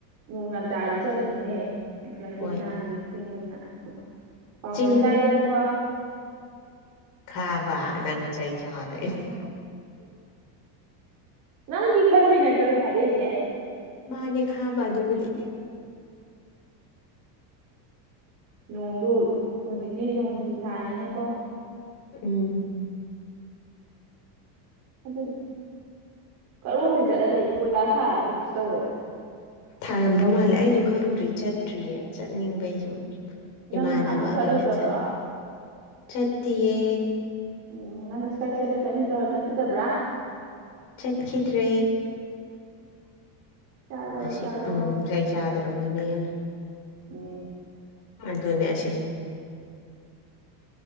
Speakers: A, on the right (about 35°); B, on the left (about 40°).
A: ꯅꯣꯡ ꯌꯥꯝ ꯇꯥꯔꯗꯤ ꯆꯠꯂꯨꯅꯨꯍꯦ ꯂꯝꯕꯤ
B: ꯍꯣꯏ
A: ꯅꯥꯟꯕꯅꯤꯅ ꯆꯤꯡꯅꯤꯅ ꯄꯥꯎ
B: ꯆꯤꯡ
A: ꯃꯌꯥꯝ ꯇꯥꯏꯌꯦꯗꯅꯀꯣ
B: ꯈꯥꯕ ꯅꯪ ꯆꯩ ꯆꯥꯗꯣꯏꯅꯦ
A: ꯅꯪꯒꯤ ꯈꯟꯕꯩ ꯅꯠꯇ꯭ꯔꯣ ꯑꯩꯅ ꯍꯥꯏꯔꯛꯏꯁꯦ
B: ꯃꯥꯅꯦ ꯈꯥꯕ ꯑꯗꯨꯕꯨꯗꯤ
A: ꯅꯣꯡꯗꯨ ꯍꯧꯖꯤꯛꯇꯤ ꯅꯣꯡꯁꯨ ꯊꯥꯅꯤꯅꯀꯣ
B: ꯎꯝ
A: ꯑꯗꯨꯅ ꯀꯔꯣꯝꯗꯩ ꯆꯠꯂ ꯂꯩ ꯀꯣꯏꯂꯥꯁ ꯊꯥꯔꯕꯨꯗꯤ ꯀꯩꯁꯨ ꯇꯧꯔꯣꯏꯗ
B: ꯊꯥꯔꯝꯗꯧ ꯃꯥꯜꯂꯦ ꯑꯩꯁꯨ ꯈꯪꯗ꯭ꯔꯤ ꯆꯠꯇ꯭ꯔꯤꯌꯦ ꯆꯠꯅꯤꯡꯕꯩ ꯁꯨꯝ
A: ꯅꯪ
B: ꯏꯃꯥꯅꯕ
A: ꯅꯍꯥꯟꯃꯨꯛ ꯆꯠꯂꯨꯗꯕ꯭ꯔꯣ
B: ꯀꯩꯒ ꯆꯠꯂꯦ ꯆꯠꯇꯦꯌꯦ
A: ꯎꯝ ꯅꯪ ꯏꯁꯒꯥꯠ ꯁꯦꯠꯂ ꯆꯠꯅꯤ ꯇꯧꯔ ꯆꯠꯈꯤꯗꯕ꯭ꯔꯥ
B: ꯆꯠꯈꯤꯗ꯭ꯔꯦ
A: ꯆꯠꯂꯣ
B: ꯑꯁꯤ
A: ꯆꯠꯂꯣ
B: ꯎꯝ <unintelligible> ꯗ꯭ꯔꯕꯅꯦ ꯃꯤ ꯑꯩꯅ
A: ꯎꯝ
B: ꯑꯗꯨꯅꯦ ꯑꯁꯤ